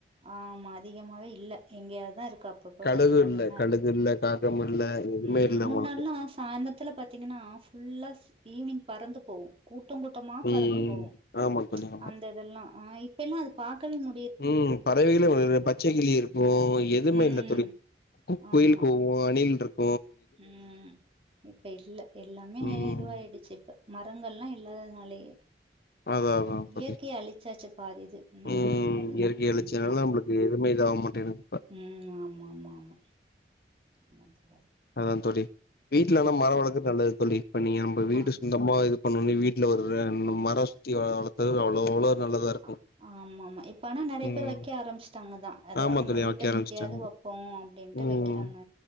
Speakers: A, on the right; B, on the left.
A: ஆமா அதிகமாவே இல்ல எங்க்யேதா இருக்கு அப் அப்பப்ப
B: கழுகு
A: கொஞ்ச கொஞ்ச
B: இல்ல
A: தா
B: கழுகு
A: இருக்கு
B: இல்ல காகம் இல்ல எதுவுமே
A: ம்
B: இல்ல
A: முன்னாடில்லா
B: உங்களுக்கு
A: சாய்ந்தர்த்துல பாத்தீங்கனா ஃபுல் தஸ் ஈவ்னிங் பறந்து போவு கூட்ட கூட்டமா பறந்து
B: ம்
A: போவு
B: ஆமா தோழி ஆமா
A: அந்த இதெல்லா ஆ இப்பெல்லா அது பாக்கவே மு
B: ம் பறவைகளே வந்து இந்த பச்சை கிளி இருக் கு எதுமே
A: ம்
B: இல்ல தோழி கூ குயிலு
A: ஆமா
B: கூவு அணில்ருக்
A: ம் னே இப்ப இல்ல எல்லாமே
B: ம்
A: இதுவாயிடுச்சி இப்ப மரங்கள்லா இல்லாததுனாலயே
B: அதா அதா
A: இயற்கைய
B: தோழி
A: அழிச்சாச்சு பாதி இது நம்ம
B: ம்
A: ஊர்ல அதுதா
B: இயற்கை
A: ம்
B: அழிச்சனால நம்மளுக்கு எதுவுமே இதாக மாட்டேங்குது
A: ம் ம் ம் ஆமா ஆமா ஆமா
B: அதா தோழி வீட்லனா மரோ வளக்கறது நல்லது தோழி இப்ப நீங்க நம்ம வீடு
A: ஆமா
B: சொந்தமா இது பண்ணோனே வீட்ல ஒரு ரெண்டு மரோ சுத்தி வளத்த அவ்ளோ அவ்ளோ நல்லதா இருக்கு
A: அ ஆமாமா இப்ப ஆனா நெறைய
B: ம்
A: பேர் வெக்க ஆரம்பிச்ட்டாங்க தா அதாவது
B: ஆமா
A: நம்ம
B: தோழி
A: வீட்ட
B: வைக்க ஆரம்பிச்சுட்டாங்க
A: சுத்தியாவது வப்போ அப்டின்ட்டு
B: ம்
A: வெக்கிறாங்க